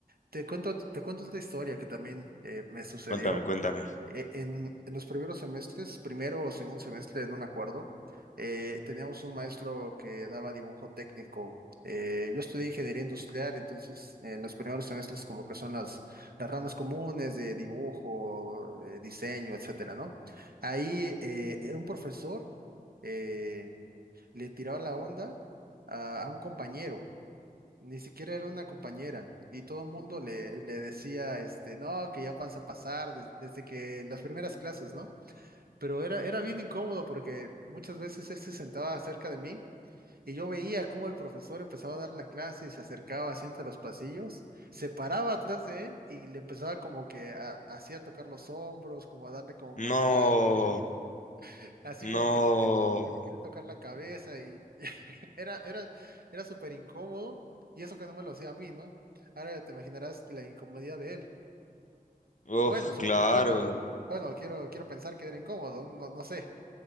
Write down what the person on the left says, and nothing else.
Cuéntame, cuéntame.
No,
no.
Oh,
claro.